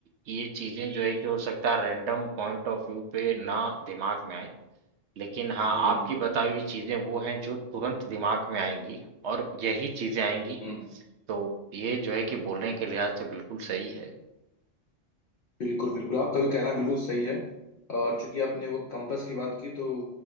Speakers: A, on the right; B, on the left.
A: ये चीज़ें जो है कि हो सकता है रैंडम पॉइंट ऑफ व्यू पे ना दिमाग में आए लेकिन हाँ
B: हम्म,
A: आपकी बताई हुई चीज़ें वो हैं जो तुरंत दिमाग में आएंगी और यही चीज़ें आएंगी
B: हम्म।
A: तो ये जो है कि बोलने के लिहाज से बिल्कुल सही है
B: बिल्कुल बिल्कुल आपका भी कहना बिल्कुल सही है और चूंकि आपने वो कंपास की बात की तो